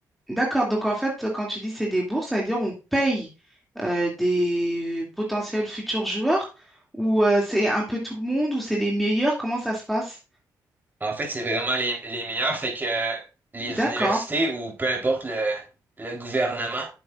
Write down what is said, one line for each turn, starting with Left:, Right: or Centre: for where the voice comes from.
Centre: D'accord. Donc en fait, quand tu dis c'est des bourses, ça veut dire on paye euh, des potentiels futurs joueurs ou euh, c'est un peu tout le monde ou c'est les meilleurs? Comment ça se passe?
Right: En fait, c'est vraiment les, les meilleurs. Fait que euh, les
Centre: D'accord.
Right: universités ou peu importe le, le gouvernement